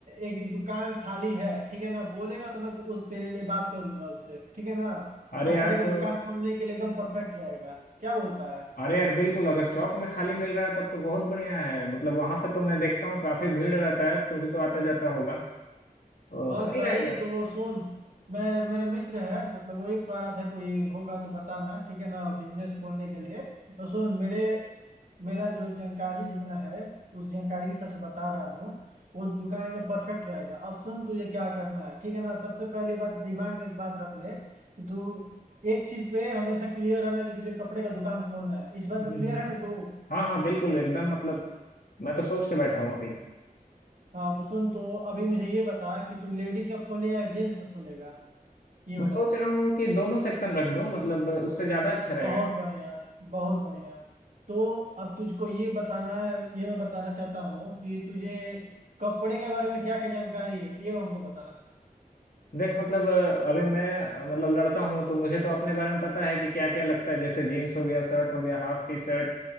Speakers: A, on the right; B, on the left.
A: एक दुकान खाली है ठीक है ना बोलेगा तो मैं तो उस तेरे लिए बात कर दूंगा उससे ठीक है ना
B: अरे
A: कपड़े
B: यार
A: का
B: तो
A: दुकान खोलने के लिए एकदम परफेक्ट रहेगा क्या बोलता है
B: अरे यार बिल्कुल अगर चौक में खाली मिल रहा है तब तो बहुत बढ़िया है मतलब वहां पे तो मैं देखता हूँ काफी भीड़ रहता है तो भी तो आता जाता होगा तो
A: बस
B: सही
A: भाई
B: रहेगा
A: तो सुन मैं मेरा मित्र है मतलब वही पा रहा था कोई होगा तो बताना ठीक है ना बिजनेस खोलने के लिए तो सुन मेरे मेरा जो जानकारी जितना है उस जानकारी के सबसे बता रहा हूँ वो दुकान एकदम परफेक्ट रहेगा अब सुन तुझे क्या करना है ठीक है ना सबसे पहली बात दिमाग में एक बात रख ले कि तू एक चीज पे हमेशा क्लियर रहना कि तुझे कपड़े का दुकान खोलना है इस बात
B: हम्म
A: पे क्लियर
B: हम्म।
A: है ना तू
B: हाँ हाँ बिल्कुल एकदम मतलब मैं तो सोच के बैठा हूँ अभी
A: हाँ तो सुन तो अभी मुझे ये बता कि तू लेडीज का खोलेगा या जेंट्स का खोलेगा ये बता
B: मैं सोच
A: मुझे
B: रहा हूँ कि दोनों सेक्शन रख दूँ मतलब उससे ज्यादा अच्छा रहेगा
A: बहुत बढ़िया बहुत बढ़िया तो अब तुझको ये बताना ये मैं बताना चाहता हूँ कि तुझे कपड़े के बारे में क्या क्या जानकारी है ये हमको बता
B: देख मतलब अ, अभी मैं अ, मतलब लड़का हूं तो मुझे तो अपने बारे में पता है कि क्या क्या लगता है जैसे जीन्स हो गया शर्ट हो गया हाफ टी शर्ट